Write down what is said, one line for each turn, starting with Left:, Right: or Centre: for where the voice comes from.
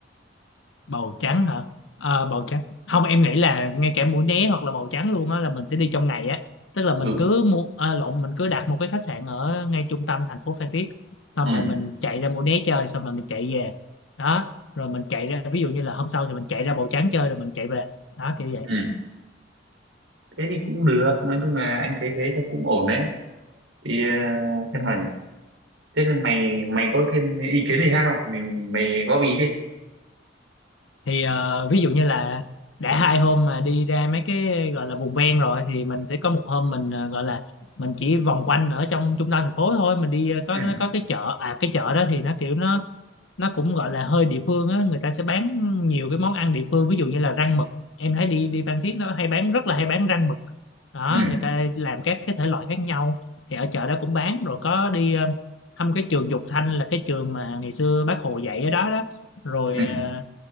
Left: bầu trắng hả Ờ, bầu trắng không em nghĩ là ngay cả Mũi Né hoặc là bầu trắng luôn á là mình sẽ đi trong ngày á tức là
Right: ừ
Left: mình cứ mua à, lộn mình cứ đặt một cái khách sạn ở ngay trung tâm thành phố Phan Thiết xong
Right: ừ
Left: rồi mình chạy ra Mũi Né chơi xong rồi mình chạy về đó rồi mình chạy ra ví dụ như là hôm sau thì mình chạy ra bầu trắng chơi rồi mình chạy về đó kiểu vậy
Right: ừ thế thì cũng được nói chung là anh thấy thế là cũng ổn đấy thì ờ,
Left: Ừ.
Right: xem nào nhỉ thế là mày mày có thêm ý kiến gì khác không mình mày góp ý đi
Left: thì ờ, ví dụ như là đã hai hôm mà đi ra mấy cái gọi là vùng ven rồi thì mình sẽ có một hôm mình ờ, gọi là mình chỉ vòng quanh ở trong trung tâm thành phố thôi mình đi ờ, có
Right: ừ
Left: nó có cái chợ à cái chợ đó thì nó kiểu nó nó cũng gọi là hơi địa phương á người ta sẽ bán nhiều cái món ăn địa phương ví dụ như là rang mực em thấy đi đi Phan Thiết nó hay bán rất là hay bán rang mực đó
Right: ừ
Left: người ta làm các cái thể loại khác nhau thì ở chợ đó cũng bán rồi có đi ờ, thăm cái trường Dục Thanh là cái trường mà ngày xưa bác Hồ dạy ở đó đó rồi
Right: ừ
Left: ờ,